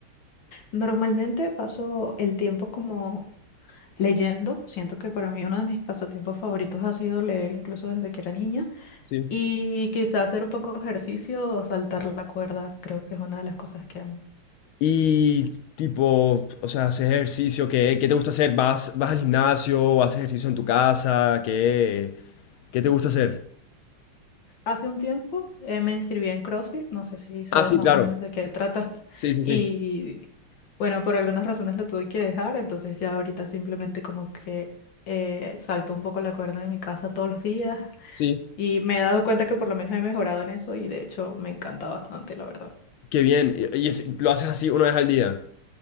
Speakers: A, on the left; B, on the left.
A: Normalmente paso el tiempo como leyendo. Siento que para mí uno de mis pasatiempos favoritos ha sido leer incluso desde que era niña.
B: Sí.
A: Y quizá hacer un poco de ejercicio o saltar la cuerda, creo que es una de las cosas que amo.
B: Y tipo, o sea, haces ejercicio, ¿qué, qué te gusta hacer? ¿Vas, vas al gimnasio? ¿Haces ejercicio en tu casa? ¿Qué, qué te gusta hacer?
A: Hace un tiempo eh, me inscribí en CrossFit, no sé si sabes
B: Ah, sí,
A: más
B: claro.
A: o menos de qué trata.
B: Sí, sí,
A: Y
B: sí.
A: bueno, por algunas razones lo tuve que dejar, entonces ya ahorita simplemente como que eh, salto un poco la cuerda de mi casa todos los días
B: Sí.
A: Y me he dado cuenta que por lo menos he mejorado en eso y de hecho me encanta bastante, la verdad.
B: Qué bien. Y, y es- lo haces así una vez al día.